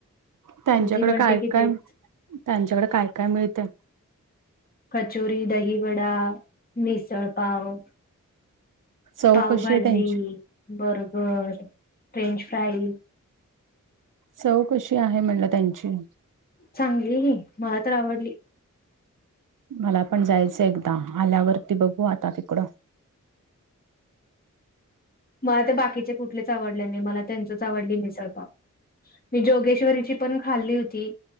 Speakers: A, on the right; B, on the left.
A: त्यांच्याकडे
B: मग ती म्हटले
A: काय
B: की
A: काय
B: तेच.
A: त्यांच्याकडे काय काय मिळते.
B: कचोरी दही वडा मिसळपाव.
A: चव
B: पावभाजी
A: कशी आहे त्यांची
B: बर्गर फ्रेंच फ्राई..
A: चव कशी आहे म्हणलं त्यांची.
B: चांगली मला तर आवडली.
A: मला पण जायचं एकदा आल्यावरती बघू आता तिकडं.
B: मला तर बाकीचे कुठलेच आवडले नाही मला त्यांचीच आवडली मिसळपाव मी जोगेश्वरीची पण खाल्ली होती